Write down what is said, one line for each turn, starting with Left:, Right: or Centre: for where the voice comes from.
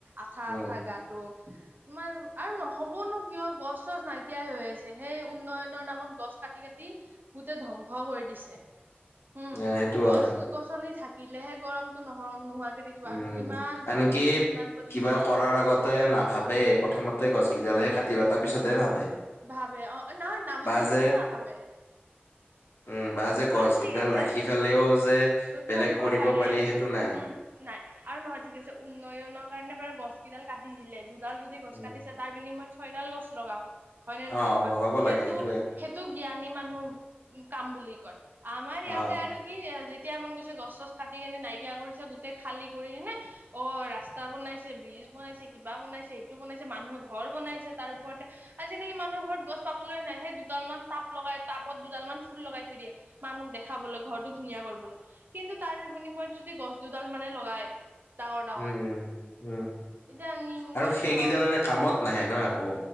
Right: আঠা
Left: উম
Right: আঠা গাতটো। তোমাৰ আৰু নহ'ব নো কিয় গছ চছ নাইকিয়া হৈ আছে, সেই উন্নয়নৰ নামত গছ গছ কাটি কাটি গোটেই ধ্বংস কৰি দিছে। উম,
Left: নাই সেইটো
Right: গছ
Left: হয়
Right: গছনি থা থাকিলেহে গৰমটো নহ নোহোৱাকৈ থাকিব
Left: উম
Right: আৰু ইমান পলিঅউচন
Left: আনকি
Right: ইমান। পলিউচন
Left: কিবা কৰাৰ আগতে নাভাবে প্ৰথমতে গছ কেইডালহে কাটি লয়, তাৰ পিছতেহে ভাবে।
Right: ভাবে অ' না নাভাবে
Left: বা যে
Right: সেইটোও নাভাবে।
Left: উম যে
Right: বা
Left: গছকেইডাল
Right: ঠিক আছে,
Left: ৰাখি ফালেও যে বেলেগ
Right: কৰিব পাৰে
Left: পাৰি সেইটো নাই।
Right: উম, নাই। আৰু নহয় ঠিক আছে, উন্নয়নৰ কাৰণে বাৰু গছ কেইডাল কাটি দিলে দুডাল যদি গছ
Left: উম
Right: কাটিছে তাৰ বিনিময়ত। ছয়ডাল গছ লগাওক। হয় নে নহয়
Left: অ
Right: কোৱা,
Left: লগাব
Right: সেইটো
Left: লাগে সেইটোয়ে
Right: সেইটো জ্ঞানী মানুহ কাম বুলি কয়। আমাৰ ইয়াতে
Left: অ
Right: আৰু কি যেতি যেতিয়াই মন গৈছে গছ চছ কাটি কেনে নাইকিয়া কৰিছে গোটেই খালি কৰি কেনে অ' ৰাস্তা বনাইছে ব্ৰিজ। বনাইছে কিবা বনাইছে এইটো বনাইছে মানুহে ঘৰ বনাইছে তাৰ ওপৰতে। আজিকালি মানুহ ঘৰত গছ পাবলৈ নাহে দুটাল মান টাব লগাই টাবত দুডাল মান ফুল লগাই থৈ দিয়ে মানুহক দেখি দেখাবলৈ ঘৰৰতটো ধুনীয়া কৰিবলৈ, কিন্তু তাৰ বিনিময়ত যদি গছ দুডাল মানে লগাই। ডাঙৰ ডাঙৰ
Left: উম, উম, উম,
Right: এতিয়া নিম
Left: আৰু
Right: গছে
Left: সেইকেইদাল
Right: হওক
Left: নে কামত নাহে না একো।